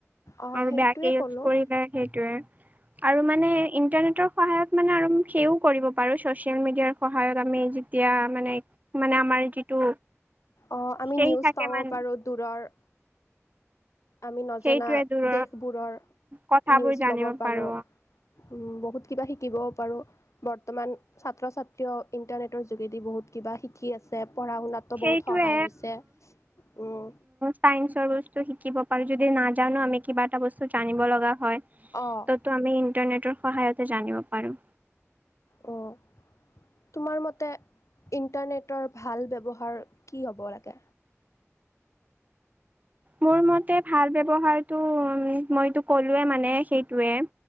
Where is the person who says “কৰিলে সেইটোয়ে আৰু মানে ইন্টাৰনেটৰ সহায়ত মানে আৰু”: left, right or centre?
Right